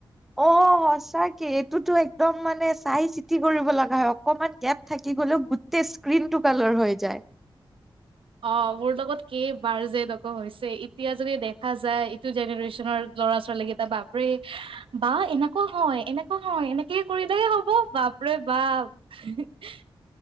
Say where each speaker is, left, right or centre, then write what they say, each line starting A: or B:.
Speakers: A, in the centre; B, on the right.
A: অ' সঁচাকে এইটোতো একদম মানে চাই চিটি কৰিব লগা হয় অকণমান গেপ থাকি গ'লেও- গোটেই স্ক্ৰিন টু কালাৰ হৈ যায়।
B: অঁ' মোৰ লগত কেই বাৰ যে এনেকুৱা হৈছে। এতিয়া যদি দেখা যায় ইটো জেনেৰেশ্যনৰ ল'ৰা-ছোৱালীক- ত বাপ'ৰে- বা এনেকুৱা হয়, এনেকুৱা হয়, এনেকে কৰিলে হ'ব বাপ'ৰে বাপ। <unintelligible>